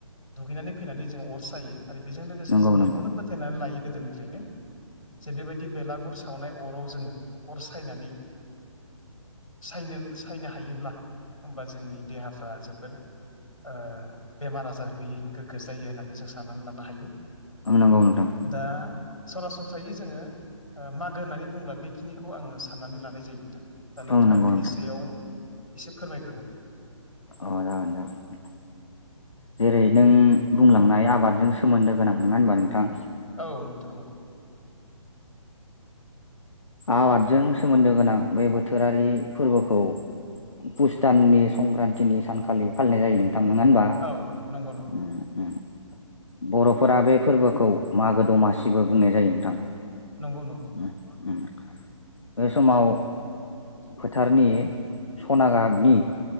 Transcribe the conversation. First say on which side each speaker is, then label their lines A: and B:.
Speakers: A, on the left (about 85°); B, on the left (about 65°).
A: दुगैनानै। फैनानै जों अर सायो आरो बेजों लोगोसे
B: नंगौ
A: जों
B: नंगौ
A: बेखौनो फोथायनानै लायो गो गोदोनिफ्रायनो जे बेबायदि बेलागुर सावनाय अराव जोङो अर सायनानै। सायनो सायनो हायोब्ला होमबा जोंनि देहाफ्रा जोबोर ओ बेमार आजार गैयै गोग्गो जायो होननानै जों साननानै लानो हायो।
B: ओं नोंगौ नोंथां।
A: दा <unintelligible> जोङो मागो होननानै बुंब्ला बेखिनिखौ आङो साननानै लानाय जायो आरो। दा नोंथाङा
B: ओं नंगौ
A: बिनि सायाव एसे फोरमाय
B: औ जागोन नोंथां। जेरै नों बुंलांनाय आबादजों सोमोन्दो गोनां नोङा होनबा नों थां
A: औ नोंथां नंगौ
B: आबादजों सोमोन्दो गोनां बे बोथोरारि फोरबोखौ पुस दाननि संक्रान्तिनि सानखालि फालिनाय जायो नों थां नोङा होनबा?
A: औ नंगौ नंगौ
B: उम उम। बर'फोरा बे फोरबोखौ मागो दमासिबो बुंनाय जायो नोंथां।
A: नंगौ नंगौ
B: उम
A: ओं
B: उम बे समाव फोथारनि सना गाबनि